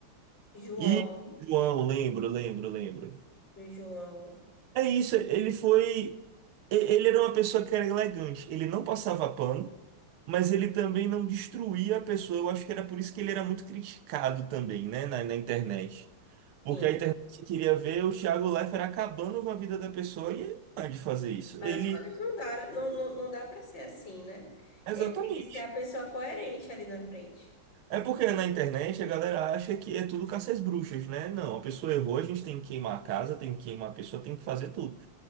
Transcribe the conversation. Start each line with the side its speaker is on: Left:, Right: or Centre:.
Left: João,
Right: E João, lembro, lembro, lembro.
Left: João,
Right: É isso, ele foi. e- Ele era uma pessoa que era elegante. Ele não passava pano, mas ele também não destruía a pessoa. Eu acho que era por isso que ele era muito criticado também, né, na, na internet. Porque
Left: sim.
Right: a internet queria ver o Thiago Leifert acabando com a vida da pessoa e ele não é de fazer isso.
Left: Mas
Right: Ele.
Left: as coisas não dá, não, não, não dá para ser assim, né?
Right: Exatamente.
Left: Ele tem que ser a pessoa coerente ali na frente.
Right: É porque na internet a galera acha que é tudo caça às bruxas, né? Não, a pessoa errou, a gente tem que queimar a casa, tem que queimar a pessoa, tem que fazer tudo.